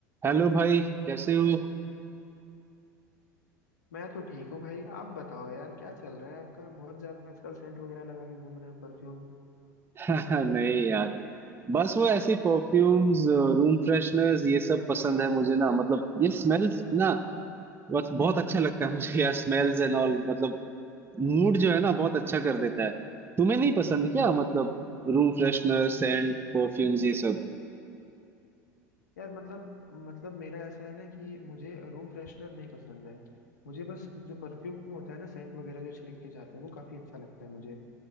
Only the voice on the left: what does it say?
मैं तो ठीक हूँ भाई आप बताओ यार क्या चल रहा है आपका बहुत ज्यादा आजकल सेंट वगैरह लगा के घूम रहे हो परफ्यूम
यार मतलब मतलब मेरा ऐसा है ना कि मुझे रूम फ्रेशनर नहीं पसंद है मुझे बस जो परफ्यूम होता है ना सेंट वगैरह जो छिड़क के जाते हैं वो काफी अच्छा लगता है मुझे